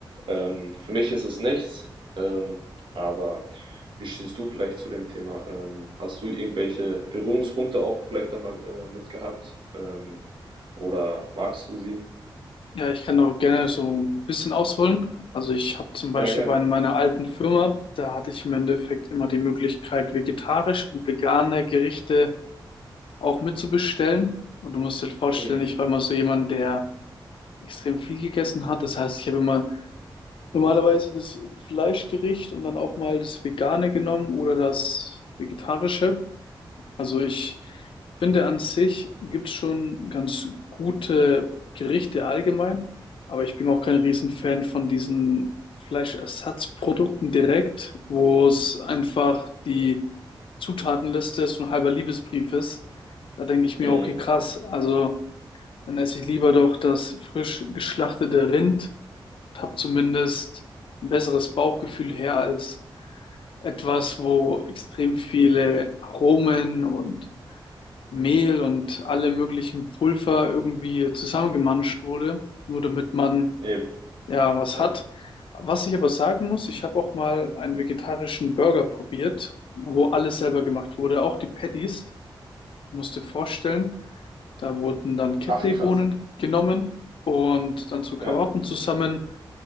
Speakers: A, on the right (about 65°); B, on the left (about 75°).
A: Ähm, für mich ist es nichts. Ähm, aber wie stehst du vielleicht zu dem Thema? Ähm, hast du irgendwelche Berührungspunkte auch vielleicht da mal äh, mit gehabt? Ähm, oder magst du sie?
B: Ja, ich kann auch gerne so ein bisschen ausholen. Also ich habe zum Beispiel
A: Ja, gerne.
B: bei meiner alten Firma, da hatte ich im Endeffekt immer die Möglichkeit, vegetarisch und vegane Gerichte auch mitzubestellen. Und du musst dir vorstellen,
A: Mhm.
B: ich war immer so jemand, der extrem viel gegessen hat. Das heißt, ich habe immer Normalerweise das Fleischgericht und dann auch mal das Vegane genommen oder das Vegetarische. Also ich finde an sich gibt es schon ganz gute Gerichte allgemein, aber ich bin auch kein Riesenfan von diesen Fleischersatzprodukten direkt, wo es einfach die Zutatenliste so ein halber Liebesbrief ist. Da denke ich mir,
A: Mhm.
B: okay, krass, also dann esse ich lieber doch das frisch geschlachtete Rind und habe zumindest ein besseres Bauchgefühl her als etwas, wo extrem viele Aromen und Mehl und alle möglichen Pulver irgendwie zusammengemanscht wurde, nur damit man
A: Eben.
B: ja was
A: Ja.
B: hat. Was ich aber sagen muss, ich habe auch mal einen vegetarischen Burger probiert, wo alles selber gemacht wurde, auch die Patties. Du musst dir vorstellen, da wurden dann Kidneybohnen
A: Ach, krass.
B: genommen und dann zu Karotten
A: Ja.
B: zusammen